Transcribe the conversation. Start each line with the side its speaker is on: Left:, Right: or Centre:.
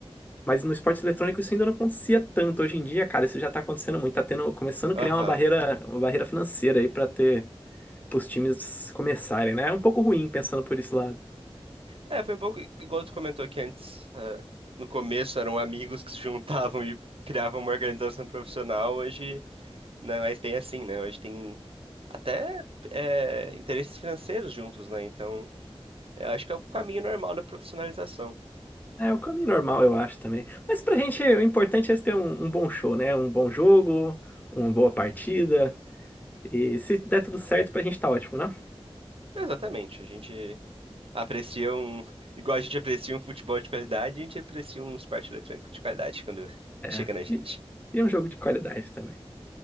Left: Mas no esporte eletrônico isso ainda não acontecia tanto. Hoje em dia, cara, isso já tá acontecendo muito. Tá tendo, começando a
Right: Aham.
Left: criar uma barreira, uma barreira financeira aí pra ter, pros times começarem, né? É um pouco ruim pensando por esse lado.
Right: É, foi um pouco i- igual tu comentou aqui antes. ah, no começo eram amigos que se juntavam e criavam uma organização profissional. Hoje não é mais bem assim, né? Hoje tem até eh, interesses financeiros juntos, né? Então. É, Eu acho que é o caminho normal da profissionalização.
Left: É o caminho normal, eu acho também. Mas pra gente, o importante é ter um, um bom show, né? Um bom jogo, uma boa partida. E se der tudo certo, pra gente tá ótimo, né?
Right: Exatamente. A gente aprecia um. Igual a gente aprecia um futebol de qualidade, a gente aprecia um esporte eletrônico de qualidade quando
Left: É.
Right: chega na gente.
Left: E, e um jogo de qualidade também.